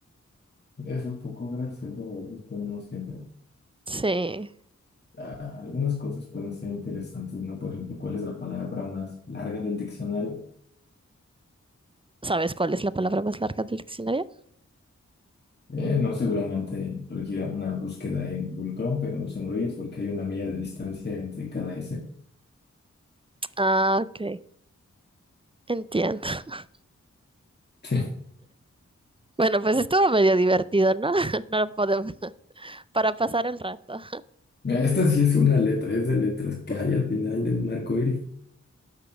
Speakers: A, on the left; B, on the right.
A: Es un poco gracioso, a veces, pero no siempre.
B: Sí.
A: ah, algunas cosas pueden ser interesantes, ¿no? Por ejemplo, ¿cuál es la palabra más larga del diccionario?
B: ¿Sabes cuál es la palabra más larga del diccionario?
A: Eh, no, seguramente requiera una búsqueda en Google Chrome, pero sonríes porque hay una milla de distancia entre cada S.
B: Ah, ok. Entiendo. <laughs>
A: <laughs>
B: Bueno, pues estuvo medio divertido, ¿no? <laughs> No lo podemos. Para pasar el rato.
A: Mira, esta sí es una letra, es de letras que hay al final de un arco iris.